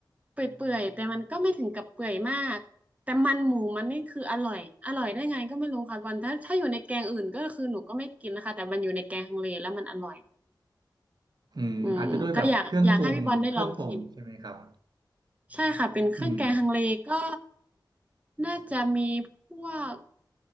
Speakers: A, on the right; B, on the right.
A: เปื่อยๆแต่มันก็ไม่ถึงกับเปื่อยมาก แต่มันหมูมันนี่คืออร่อยอร่อยได้ไงก็ไม่รู้ค่ะวันถ้าถ้าอยู่ในแกงอื่นก็คือหนูก็ไม่กินนะคะแต่มันอยู่ในแกงฮังเลแล้วมันอร่อย
B: อืมอาจจะด้วยแบบเครื่องปรุงเครื่องปรุงใช่ไหมครับ
A: อืมก็อยากอยากให้พี่บอลได้ลองชิม ใช่ค่ะเป็นเครื่องแกงฮังเลก็
B: อืม
A: น่าจะมีพวก